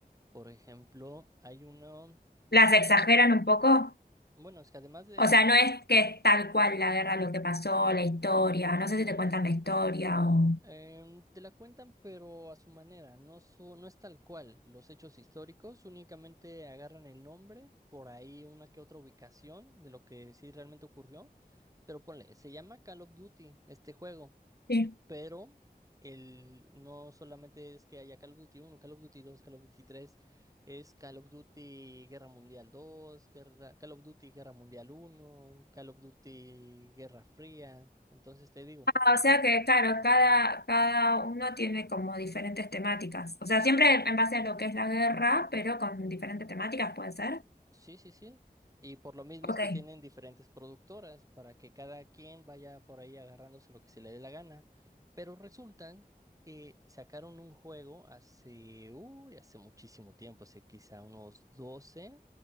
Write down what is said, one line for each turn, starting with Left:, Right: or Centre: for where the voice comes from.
Right: Por ejemplo, hay uno,
Left: ¿Las exageran un poco?
Right: bueno, es que además de
Left: O
Right: eso...
Left: sea, no es que es tal cual la guerra, lo que pasó, la historia. No sé si te cuentan la historia o...
Right: Em, te la cuentan, pero a su manera, no, su- no es tal cual. Los hechos históricos únicamente agarran el nombre, por ahí una que otra ubicación de lo que sí realmente ocurrió. Pero ponle, se llama Call of Duty este juego,
Left: Sí.
Right: pero el, no solamente es que haya Call of Duty uno, Call of Duty 2, Call of Duty 3, es Call of Duty Guerra Mundial 2, Guerra- Call of Duty Guerra Mundial uno, Call of Duty Guerra Fría. Entonces te digo.
Left: Ah, o sea que, claro, cada, cada uno tiene como diferentes temáticas. O sea, siempre en base a lo que es la guerra, pero con diferentes temáticas puede ser.
Right: Sí, sí, sí. Y por lo mismo
Left: Ok.
Right: es que tienen diferentes productoras para que cada quien vaya por ahí agarrándose lo que se le dé la gana. Pero resultan que sacaron un juego hace, uy, hace muchísimo tiempo, hace quizá unos doce